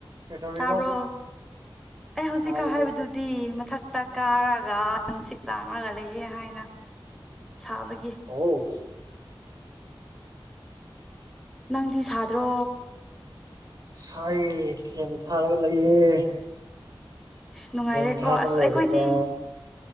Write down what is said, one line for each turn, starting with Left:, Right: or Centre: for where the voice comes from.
Right: ꯀꯩꯗꯧꯔꯤꯅꯣ
Centre: ꯇꯥꯕ꯭ꯔꯣ ꯑꯩ ꯍꯧꯖꯤꯛꯀ
Right: ꯇꯥꯔꯤꯕꯣ
Centre: ꯍꯥꯏꯕꯗꯨ ꯗꯤ ꯃꯊꯛꯇ ꯀꯥꯔꯒ ꯅꯨꯡꯁꯤꯠ ꯂꯥꯡꯂꯒ ꯂꯩꯌꯦ ꯍꯥꯏꯅ ꯁꯥꯕꯒꯤ
Right: ꯑꯧ
Centre: ꯅꯪꯗꯤ ꯁꯥꯗ꯭ꯔꯣ
Right: ꯁꯥꯏꯌꯦ ꯐꯦꯟ ꯊꯥꯔꯒ ꯂꯩꯌꯦ
Centre: ꯑꯁ <unintelligible> ꯅꯨꯡꯉꯥꯏꯔꯦꯀꯣ
Right: ꯐꯦꯟ ꯊꯥꯕ
Centre: ꯑ‍‍꯭ꯁ
Right: ꯂꯣꯏꯔꯒ
Centre: ꯑꯩꯈꯣꯏꯗꯤ